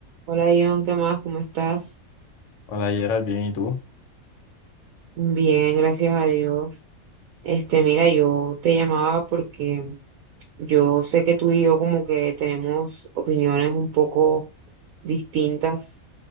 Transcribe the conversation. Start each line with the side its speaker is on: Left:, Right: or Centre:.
Right: Hola John, ¿qué más? ¿Cómo estás?
Left: Hola Gerald, bien, ¿y tú?
Right: Bien, gracias a Dios. Este, mira, yo te llamaba porque yo sé que tú y yo como que tenemos opiniones un poco distintas